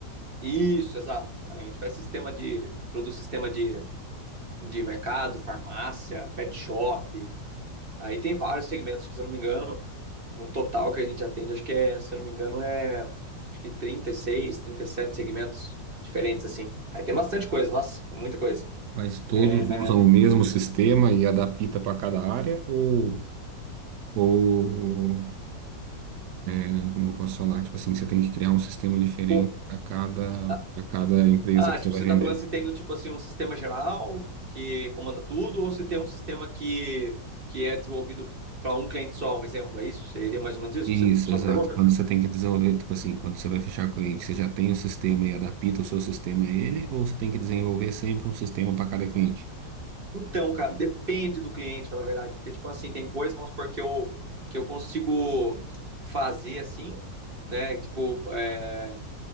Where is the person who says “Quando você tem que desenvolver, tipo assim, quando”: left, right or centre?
Right